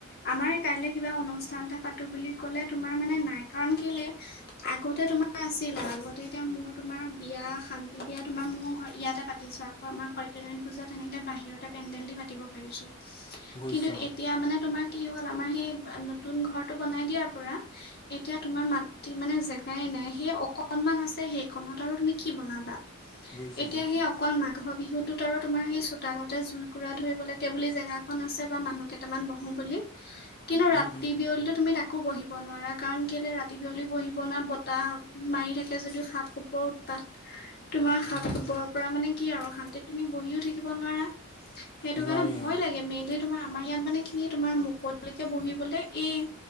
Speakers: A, on the left (about 50°); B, on the left (about 25°).
A: আমাৰ কাইলে কিবা অনুষ্ঠান এটা পাতো বুলি ক'লে তোমাৰ মানে নাই কাৰণ কিলৈ আগতে তোমাৰ আছিলা আগতে এতিয়া মোৰ তোমাৰ বিয়া শান্তি বিয়া তোমাৰ মোৰ অ, ইয়াতে পাতিছোঁ আকৌ আমাৰ সত্যনাৰায়ণ পূজা তেনেকৈ বাহিৰতে পেণ্ডেল দি পাতিব পাৰিছোঁ।
B: বুজিছো
A: কিন্তু
B: অ
A: এতিয়া মানে তোমাৰ কি হ'ল আমাৰ সেই নতুন ঘৰটো বনাই দিয়াৰ পৰা, এতিয়া তোমাৰ মাটি মানে জেগাই নাই সেই অকনমান আছে সেইখনত আৰু তুমি কি বনাবা।
B: বুজিছো
A: এতিয়া
B: বুজিছো
A: সেই অক অকল মাঘৰ বিহুতটোত আৰু তোমাৰ সেই চোতালতে জুইকুৰা ধৰিবলৈাগে বুলি জেগাখনন আছে বা মানুহকে কেইটামান বহো বুলি কিন্তু ৰাতি
B: উম উম
A: বিয়লি
B: উম
A: তুমি তাক আো বহিব নোৱাৰা কাৰণ কেলৈ ৰাতি বিয়লি বহিব ন বতাহ মাৰি থাকে যদিও সাপ কপোৰৰ উৎপাত। তোমাৰ সাপ
B: উম
A: কপৰৰ
B: উম উম
A: পৰা মানে কি আৰু শান্তিত তুমি বহিও থাকিব নোৱাৰা, সেইটো
B: নোৱাৰি
A: কাৰণে ভয়
B: অ
A: লাগে মেইনল তোমাৰ আমাৰ ইয়াত মানে কি তোমাৰ মুকলিলকে বহিবলৈ এই